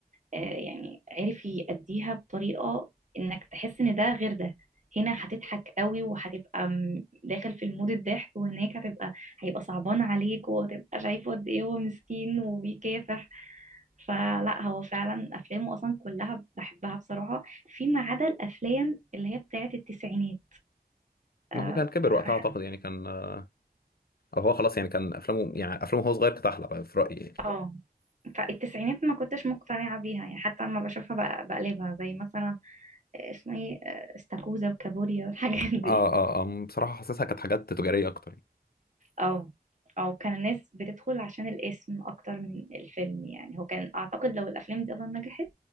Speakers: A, on the right; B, on the left.
A: آه، يعني عرف يأديها بطريقة انك تحس ان ده غير ده هنا هتضحك قوي وهتبقى م- داخل في المود الضحك وهناك هتبقى هيبقى صعبان عليك وهتبقى شايفه قد ايه هو مسكين وبيكافح فلا هو فعلا افلامه اصلا كلها بحبها بصراحة فيما عدا الافلام اللي هي بتاعت التسعينات آه،
B: ما هو كان كبر
A: أنا
B: وقتها أعتقد
A: حتى-
B: يعني كان آه، أو هو خلاص يعني كان أفلامه يعني أفلامه هو صغير كانت أحلى بقى في رأيي يعني
A: اه فالتسعينات ما كنتش مقتنعة بيها يعني حتى لما بشوفها بق- بقلبها زي مثلا آه، اسمه ايه آه، استاكوزا وكابوريا والحاجات دي
B: آه آه آه، بصراحة حاسسها كانت حاجات تجارية أكتر يعني.
A: او او كان الناس بتدخل عشان الاسم اكتر من الفيلم يعني هو كان اعتقد لو الافلام دي اصلا نجحت